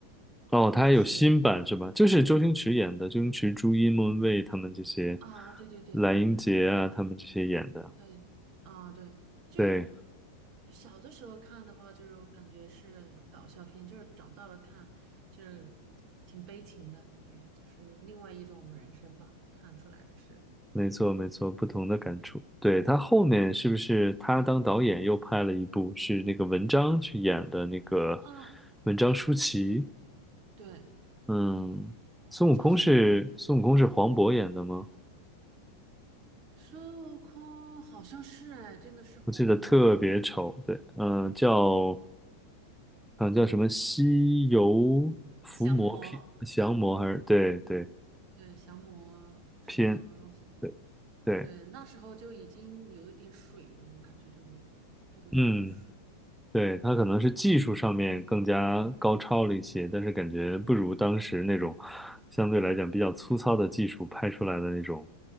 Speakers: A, in the centre; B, on the right.
A: 哦，他还有新版是吧？
B: 就是。
A: 就是周星驰演的，周星驰、朱茵、莫文蔚他们这些，
B: 啊，对对对，
A: 蓝英杰啊，
B: 就是他，
A: 他们这些演的。
B: 对，啊，对，就是
A: 对，
B: 小的时候看的话，就是感觉是搞笑片，就是长大了看，就是挺悲情的感觉，就是另外一种人生吧，看出来的是，
A: 没错，没错，不同的感触。对，他后面是不是他当导演又拍了一部，
B: 嗯，
A: 是那个文章去演的那个
B: 啊，
A: 文章舒淇？
B: 对对，
A: 嗯，孙悟空是孙悟空是黄渤演的吗？
B: 叫什么？孙悟空好像是哎，真的是黄渤哎，
A: 我记得特别丑。对，嗯、叫嗯、叫什么西游伏魔篇降魔还是对对
B: 降魔，对，降魔什么东西？
A: 篇对对，
B: 对，那时候就已经有一点水了，我感觉这部这部有点水。
A: 嗯对，他可能是技术上面更加高超了一些，但是感觉不如当时那种相对来讲比较粗糙的技术拍出来的那种